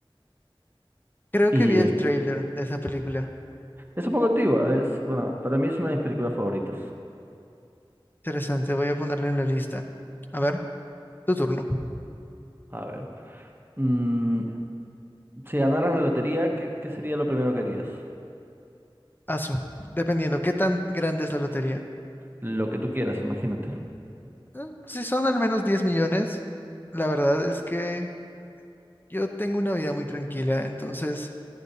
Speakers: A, on the left; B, on the right.
A: Creo que
B: Y
A: vi el tráiler de esa película.
B: Es un poco antigua, es, bueno, para mí es una de mis películas favoritas.
A: Interesante, voy a ponerlo en la lista. A ver, tu turno.
B: A ver. mm, si ganaras la lotería, ¿qué, qué sería lo primero que harías?
A: Asu, dependiendo, ¿qué tan grande es la lotería?
B: Lo que tú quieras, imagínate.
A: Eh, Si son al menos 10 millones, la verdad es que yo tengo una vida muy tranquila, entonces